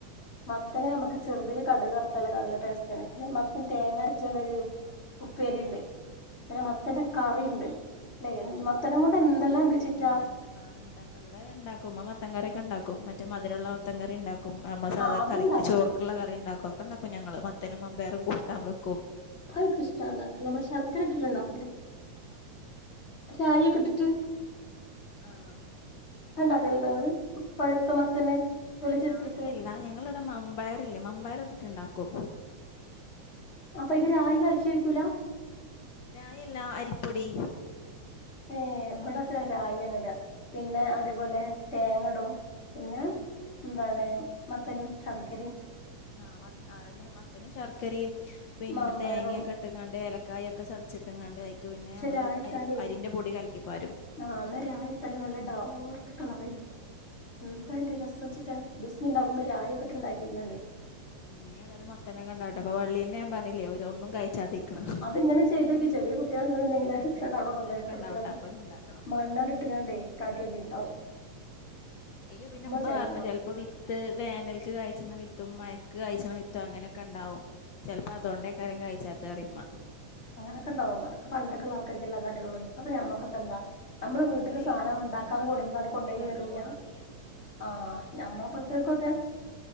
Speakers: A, on the left; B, on the left.
A: മത്തന് നമ്മക്ക് ചെറുതില് കടുക് വറത്തല്ലോ നല്ല ടേസ്റ്റണ് പിന്നെ മത്തൻ തേങ്ങ അരച്ചണ്ടൊരു ഉപ്പേരിണ്ട് പിന്നെ മത്തന്റെ കറിണ്ട് അല്ലെ
B: ആഹ്
A: മത്തനെ കൊണ്ട് എന്തെല്ലാം ചിറ്റാ
B: എന്തണ്ട ആഹ് ഇണ്ടാക്ക ഇവിടെ ഇണ്ടാക്കും മത്തൻകാരൊക്കെ ഇണ്ടാക്കും മ മറ്റേ മധുരള്ള മുത്തം കറി ഉണ്ടാക്കും നമ്മൾ സാധാ
A: ആഹ് അത്ണ്ടാക്കാം
B: കറിക്ക് ചോറ് ക്ക്ള്ള കറി ഉണ്ടാക്കും ഒക്കെ ഇണ്ടാക്കും ഞങ്ങള് മത്തനും മമ്പേറും കൂട്ടാൻ വെക്കും
A: അത് ഇൻക് ഇഷ്ടമാണ് നമ്മള് ശർക്കര ഇട്ടിട്ട്ണ്ടാക്കൂലെ രായി ഒക്കെട്ടിട്ട്
B: ആഹ്
A: <unintelligible> ഇങ്ങള് പഴുത്ത മത്തന് തൊലി
B: റായി
A: ചെത്തിയിട്ട്
B: അല്ല ഞങ്ങളിവിടെ മമ്പയറ്ല്ലേ മമ്പയറ് ഇട്ട്ട്ട്ണ്ടാക്കും
A: അപ്പൊ <unintelligible> രായി കലക്കി ഒഴിക്കൂല
B: രായി അല്ല അരിപ്പൊടി
A: ഏഹ് ഇവിടൊക്കെ രായിങ്ങ ഇട പിന്നെ
B: ഏഹ്
A: അതേപോലെന്നെ തേങ്ങടും പിന്നെ ന്താണ് മത്തനും ശർക്കരിം
B: ആഹ് മ അതന്നെ മത്തന് ശർക്കരയും പിൻ
A: മാമ്പഴറും
B: തേങ്ങൊക്കെ ട്ട്ങ്ങാണ്ട് എലക്കായ ഒക്കെ ചതച്ചിട്ടും കണ്ട് അക്ക് പിന്നെ
A: പക്ഷെ
B: നമ്മള്
A: രായിട്ടാലേ
B: അരി അരിൻ്ന്റെ പൊടി കലക്കി പാരും
A: ആഹ് അന്നേര ആയിട്ടല്ലേ നല്ല ഡാർക്ക് കളറായിയിരിക്കും എന്താ
B: ആഹ്
A: അയിന്റെ രസം വെച്ചിട്ട് <unintelligible> ണ്ടാക്കുമ്പൊ രായൊക്കട്ട്ണ്ടാക്കിയാണെ
B: <unintelligible> തന്നെ കണ്ടാട്ടെ അപ്പൊ വള്ളിയ തന്നെ ഞാ പറില്ലേ ഒന്നും കഴിച്ചാതയിക്ക്ണ്
A: ഇങ്ങനെ ചെയ്തോക്ക് ചെറിയ കു ട്ടിയാള് ണ്ട്ന്ന്ണ്ടെങ്കില്
B: ഏതായാലും
A: അവിടെ
B: മത്തനൊക്കെ
A: കൊണ്ടോയിട്
B: ഇണ്ടാവട്ടെ
A: <unintelligible>
B: അപ്പൊ ഇനി ഇണ്ടാക്കണം
A: മണ്ണാണ്ട ഇട്ടങ്ങാണ്ടേ കാറ്റൊക്കെ ഇണ്ടാവും
B: അയില് പിന്നെ ഇമ്മ
A: ചെല്ലണം
B: പറഞ്ഞ് ചെ ഇപ്പൊ വിത്ത് വേനൽക്ക് കഴിച്ച്ണ വിത്തും മഴക്ക് കഴ്ച്ണ വിത്തും അങ്ങനെക്കെണ്ടാവും ചിൽപ്പോ അതൊണ്ടേക്കാര കഴിച്ചാത്തെ പറിമ്മ
A: അങ്ങനൊക്കെണ്ടവും അതൊക്കെ പണ്ടൊക്കെള്ള ആൾക്കാക്ക്ല്ല കയള്ളൂ ഇപ്പപ്പോ ഞമ്മക്കൊക്കെ എന്താ നമ്മള്
B: ഏഹ്
A: വീട്ടക്ക്
B: ഇല്ലേ
A: സാധം ഉണ്ടാക്കാൻ
B: ഇമ്മാക്ക്
A: <unintelligible>
B: അയ്ന് ഇതിനെ
A: കൊണ്ടുപോയി
B: പറ്റിയൊക്കെ നല്ലോണം
A: എറിയാം
B: അറിയാ
A: ആഹ് ഞമ്മളപ്പോലെത്തോൽക്കൊക്കെ